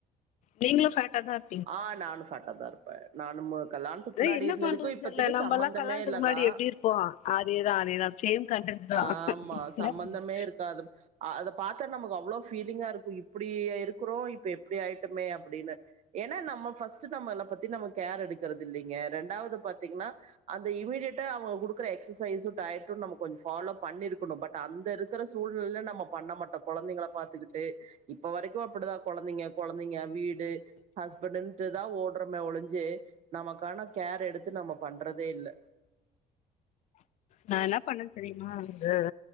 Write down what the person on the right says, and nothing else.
ஆ நானு ஃபேட்டாதா இருப்ப நானும் கல்யாணத்துக்கு
முன்னாடி
இருந்ததுக்கும்
இப்பத்திக்கு
சம்பந்தமே
இல்லதான்
ஆமா
சம்பந்தமே
இருக்காது. அ அத பாத்தா நமக்கு அவ்ளோ ஃபீலிங்கா இருக்கு இப்டியா இருக்குறோ இப்ப எப்டி ஆயிட்டோமே அப்டின்னு ஏனா நம்ம ஃபஸ்ட்டு நம்மளப் பத்தி நம்ம கேர் எடுக்கறதில்லிங்க ரெண்டாவது பாத்தீங்கனா அந்த இமீடியட்டா அவுங்க குடுக்குற எக்சசைசு டயட்டு நம்ம கொஞ்சொ ஃபாலோ பண்ணிருக்கணு பட் அந்த இருக்குற சூழ்நிலைல நம்ம பண்ணமாட்டோ கொழந்தைங்கள பாத்துக்கிட்டு இப்ப வரைக்கு அப்டிதா கொழந்தைங்க கொழந்தைங்க வீடு ஹஸ்பண்டுன்ட்டு தா ஓட்றமே ஒழிஞ்சி நமக்கான கேர் எடுத்து நம்ம பண்றதே இல்ல